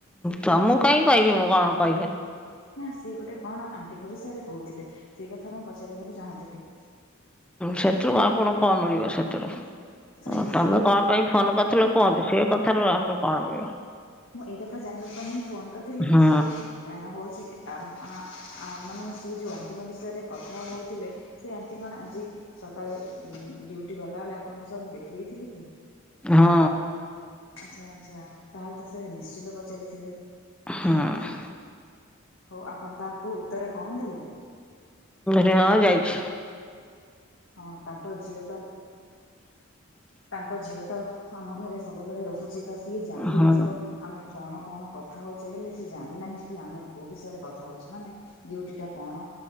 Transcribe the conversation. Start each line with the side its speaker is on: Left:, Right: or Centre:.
Centre: ତ ମୁଁ କହିଁ କହିବି ମୁଁ କଣ କହିବି।
Left: ନା ସିଏ ଗୋଟେ କଣ ଆଣ୍ଟିଙ୍କ ବିଷୟରେ କହୁଥିଲେ ସେଇ କଥା ମୁଁ ପଚାରିବାକୁ ଚାହୁଁଥିଲି।
Centre: ସେଥିରୁ ଆପଣ କଣ ମିଳିବ ସେଥିରୁ ହ
Left: ସଇ ସିଏ
Centre: ତମେ କଣ ପାଇଁ ଫୋନ କରିଥିଲ କୁହନ୍ତୁ ସେ କଥାରୁ ଆମର କଣ ମିଳିବ।
Left: ମୁଁ ଏଇ କଥା ଜାଣିବା ପାଇଁ ହିଁ ଫୋନ କରିଥିଲି
Centre: ହୁଁ
Left: କି ସିଏ ହଉଚି ଆ ଆ ମାନେ ସେ ଯୋଉ ଆଣ୍ଟିଙ୍କ ବିଷୟରେ କଥା ହଉଥିଲେ ସେ ଆଣ୍ଟି କଣ ଆଜି ସକାଳେ ଉ ଡ୍ୟୁଟି ଗଲା ବେଳେ ଆପଣଙ୍କ ସଙ୍ଗେ ଦେଖି ଦେଇେଇଥିଲି କି
Centre: ହଁ।
Left: ଆଚ୍ଛା ଆଚ୍ଛା ତାହେଲେ ତ ସେ ନିଶ୍ଚିନ୍ତ ପଚାରିଥିବେ।
Centre: ହଁ
Left: ହଉ ଆପଣ ତାହାକୁ ଉତ୍ତରେ କଣ ଦେଲେ?
Centre: ରେ ହଁ ଯାଇଚି।
Left: ହଁ ତାଙ୍କ ଝିଅ ତ ତାଙ୍କ ଝିଅ ତ ଆମ ଘରେ ସବୁବେଳେ ରହୁଚି ତ ସିଏ ଜାଣି ଦଉଥିବ
Centre: ହଁ
Left: ଆମେ କଣ କଣ କଥା ହେଉଛେ ହେଲେ ସେ ଜାଣିନାହିଁ କି ଆମେ କେଉଁ ବିଷୟରେ କଥା ହେଉଛେ ମାନେ ଡ୍ୟୁଟିଟା କଣ?